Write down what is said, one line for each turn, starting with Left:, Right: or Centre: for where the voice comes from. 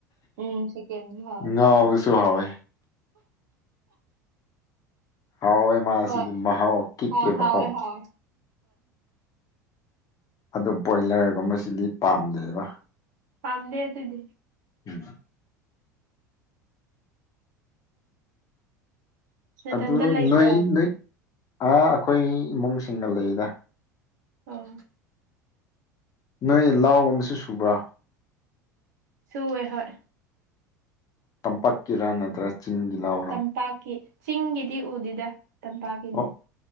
Right: ꯎꯝ ꯆꯤꯀꯦꯟꯁꯨ ꯍꯥꯎꯋꯦ
Left: ꯉꯥꯎꯕꯁꯨꯨ ꯍꯥꯎꯋꯦ ꯍꯥꯎꯋꯦ ꯃꯥꯁꯤꯗꯤ
Right: ꯍꯣꯏ
Left: ꯃꯍꯥꯎ ꯀꯤꯛꯑꯦꯕꯀꯣ
Right: ꯍꯥꯎꯋꯦ ꯍꯥꯎꯋꯦ ꯍꯣꯏ
Left: ꯑꯗꯨꯣ ꯕꯣꯏꯂꯔꯒꯨꯝꯕꯁꯤꯗꯤ ꯄꯥꯝꯗ꯭ꯔꯦꯕ
Right: ꯄꯥꯝꯗꯦ ꯑꯗꯨꯗꯤ
Left: ꯎꯝ
Right: ꯅꯊꯟꯇ
Left: ꯑꯗꯨ
Right: ꯂꯩꯕ꯭ꯔꯣ
Left: ꯅꯣꯏ ꯅ ꯑ ꯑꯩꯈꯣꯏ ꯏꯃꯨꯡꯁꯤꯡꯅ ꯂꯩꯗ
Right: ꯑꯣ
Left: ꯅꯣꯏ ꯂꯥꯎꯒꯨꯝꯕꯁꯨ ꯁꯨꯕ꯭ꯔꯥ
Right: ꯁꯨꯋꯦ ꯍꯣꯏ
Left: ꯇꯝꯄꯥꯛ ꯀꯤꯔ ꯅꯠꯇ꯭ꯔ ꯆꯤꯡꯒꯂꯥꯎ
Right: ꯇꯝꯄꯥꯛꯀꯤ ꯆꯤꯡꯒꯤꯗꯤ ꯎꯗꯦꯗ ꯇꯝꯄꯥꯛꯀꯤꯅꯦ
Left: ꯑꯣ